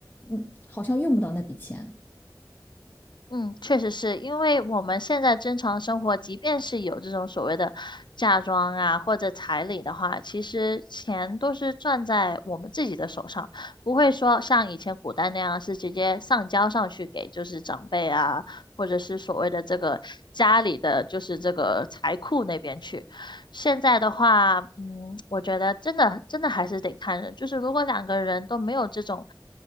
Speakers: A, on the left (about 25°); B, on the left (about 70°).
A: 嗯，好像用不到那笔钱。
B: 嗯，确实是因为我们现在正常生活，即便是有这种所谓的嫁妆啊或者彩礼的话，其实钱都是攥在我们自己的手上，不会说像以前古代那样是直接上交上去给就是长辈啊，或者是所谓的这个家里的就是这个财库那边去。现在的话，嗯，我觉得真的真的还是得看人，就是如果两个人都没有这种。